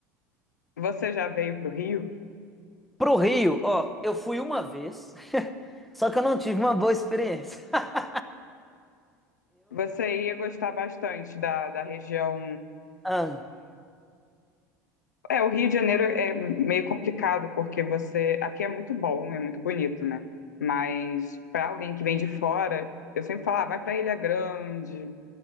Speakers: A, on the left; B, in the centre.
A: Você já veio para o Rio?
B: Pro Rio, ó, eu fui uma vez, <laughs> só que eu não tive uma boa experiência. <laughs>
A: Você ia gostar bastante da, da região.
B: Ah,
A: É, o Rio de Janeiro é meio complicado, porque você. Aqui é muito bom, é muito bonito, né? Mas para alguém que vem de fora, eu sempre falo, ah, vai para Ilha Grande.